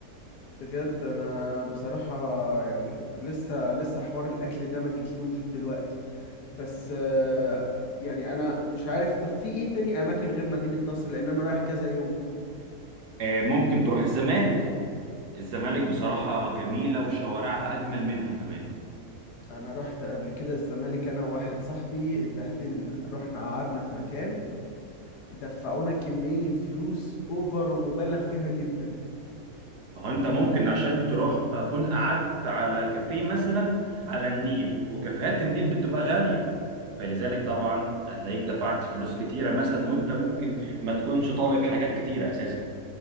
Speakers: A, on the left (about 85°); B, on the right (about 90°).
A: بجد انا بصراحة يعني لسه لسه حوار الاكل ده ما جتلوش دلوقتي بس أه يعني انا مش عارف طب في ايه تاني اماكن غير مدينة نصر لان انا رايح كذا يوم
B: آه، ممكن تروح الزمالك الزمالك بصراحة جميلة وشوارعها أجمل منها كمان
A: انا رحت قبل كده الزمالك انا وواحد صاحبي اتبهدلنا رحنا قعدنا في مكان دفعونا كمية فلوس اوفر ومبالغ فيها جدا
B: فهو أنت
A: يعني
B: ممكن عشان تروح أكون قعدت على كافيه مثلا على النيل وكافيهات النيل دي بتبقى غالية فلذلك طبعا هتلاقيك دفعت فلوس كتيرة مثلا وأنت ممكن ما تكونش طالب حاجات كتيرة أساسا